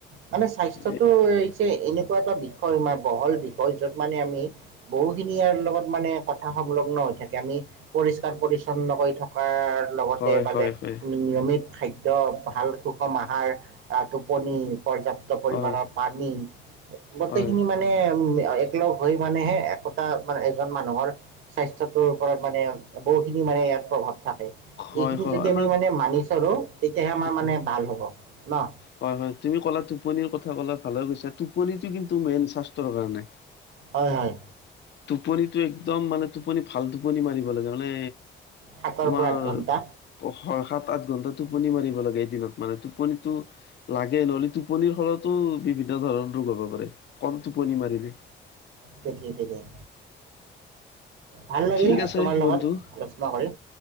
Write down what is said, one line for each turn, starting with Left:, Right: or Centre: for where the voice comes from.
Right: মানে স্বাস্থ্যটো
Left: এ
Right: হৈছে এনেকুৱা এটা বিষয় মা বহল বিষয় য'ত মানে আমি বহুখিনি আৰু লগত মানে কথা সংলগ্ন হৈ থাকে। আমি পৰিষ্কাৰ- পৰিচ্ছন্নকৈ থকাৰ লগতে
Left: হয়
Right: মানে
Left: হয় হয়
Right: নিয়মিত খাদ্য, ভাল সুষম আহাৰ, টোপনি। পৰ্যাপ্ত পৰিমাণৰ
Left: হয়
Right: পানী গোটেইখিনি
Left: হয়
Right: মানে উম একলগ হৈ মানেহে একতা মানে এজন মানুহৰ স্বাস্থ্যটোৰ ওপৰত মানে বহুখিনি মানে ইয়াত প্ৰভাৱ থাকে।
Left: হয়
Right: এইখিনি
Left: হয়
Right: যদি
Left: আমাৰ
Right: আমি মানে মানি চলো তেতিয়াহে আমাৰ
Left: হয়
Right: মানে ভাল হ'ব। ন।
Left: হয় হয়। তুমি ক'লা টোপনিৰ কথা ক'লা ভালে টোপনিটো কিন্তু মেইন স্বাস্থ্যৰ কাৰণে।
Right: হয় হয়।
Left: টোপনিটো একদম মানে টোপনি ভাল টোপনি মাৰিব লাগে মানে।
Right: সাতৰ
Left: তোমাৰ
Right: পৰা আঠ ঘণ্টা
Left: ভৰসাত। আঠ ঘন্টা টোপনি মাৰিব লাগে এদিনত মানে। টোপনিটো লাগে নহ'লে টোপনিৰ ফলতো বি তেনেধৰণৰ ৰোগ হ'ব পাৰে, কম টোপনি মাৰিলে।
Right: ঠিকেই ঠিকেই ভাল লাগিল
Left: ঠিক আছে
Right: তোমাৰ লগত
Left: বন্ধু
Right: আলোচনা কৰি।